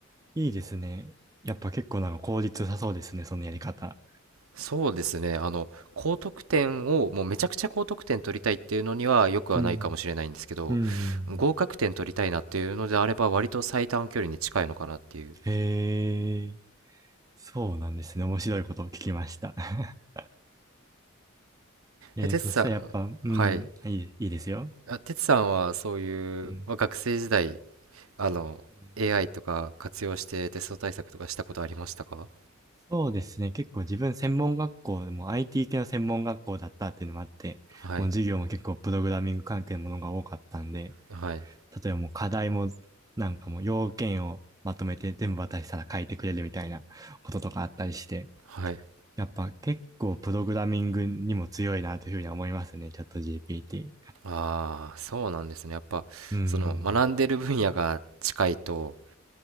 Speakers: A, on the right; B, on the right.
A: いいですね。やっぱ結構なんか効率良さそうですね、そのやり方。
B: そうですね。あの、高得点を、もうめちゃくちゃ高得点取りたいっていうのにはよくはないかもしれないんですけど、
A: うん、うん、う
B: 合格点取りたいなっていうのであれば、
A: ん
B: 割と最短距離に近いのかなっていう。
A: へえ。そうなんですね。面白いことを聞きました。<laughs> えー、
B: え、哲さん、
A: そしたらやっぱ、うん、
B: はい。
A: いい、いいですよ。
B: あ、てつさんはそういう、
A: うん。
B: まあ、学生時代、あの、
A: うん
B: AI とか活用してテスト対策とかしたことありましたか
A: そうですね。結構自分専門学校でも IT 系の専門学校だったっていうのもあって、
B: はい。
A: もう授業も結構プログラミング関係のものが多かったんで、
B: はい。
A: 例えばもう課題もなんかもう要件をまとめて全部渡したら書いてくれるみたいなこととかあったりして、
B: はい。
A: やっぱ結構プログラミングにも強いなというふうには思いますね。チャット GPT。
B: ああ、そうなんですね。やっぱ、
A: うん。
B: その、学んでる分野が近いと、